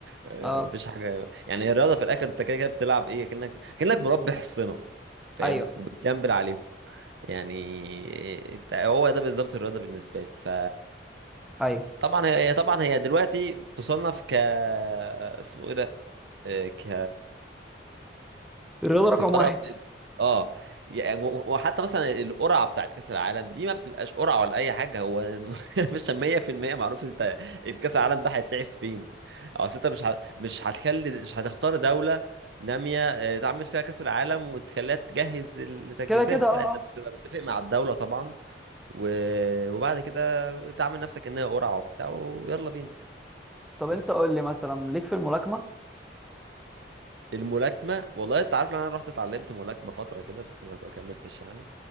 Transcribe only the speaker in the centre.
اه
ايوه
ايوه
الرياضه
رقم واحد
كده كده اه
آه.
طب
انت قول لي مثلا ليك في الملاكمه